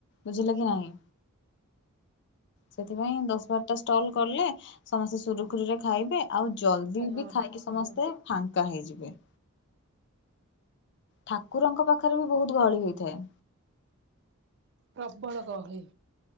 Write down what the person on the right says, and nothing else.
ହଁ ହଁ
ହଁ
ପ୍ରବଳ ଗହଳି।